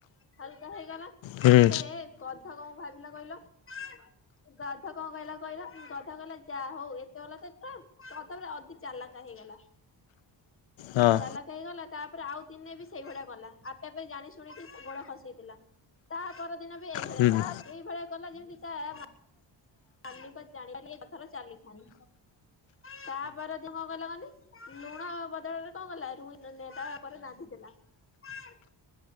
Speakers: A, on the left; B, on the left.
A: ହାଲକା ହେଇଗଲା
B: ହୁଁ
A: ସେ ଗଧ କଣ ଭାବିଲା କହିଲ? ଗଧ କଣ କହିଲା କହିଲା ଗଧ କହିଲା ଯାହା ହଉ ଏତେବେଲା ତ ପୁରା ଗଧ ପୁରା ଅତି ଚାଲାକା ହେଇଗଲା
B: ହଁ।
A: ଚାଲାକା ହେଇଗଲା। ତାପରେ ଆଉ ଦିନେ ବି ସେଇଭଳିଆ ଗଲା ଆପେ ଆପେ ଜାଣି ଶୁଣିକି ଗୋଡ ଖସେଇଦେଲା ତା ପରଦିନ ବି ଏଇଭଳିଆ
B: ହୁଁ
A: କଲା
B: ହଁ ହଁ
A: ଏଇଭଳିଆ କଲା ଯେମତି ତା ମା ମାଲିକ ଯା ର ଚାଲି ଖଣି ତାପରଦିନ କଣ କଲା କହନି ଲୁଣ ବଦଳରେ କଣ କଲା ରୁ ତା ଉପରେ ନାଧି ଦେଲା। <unintelligible>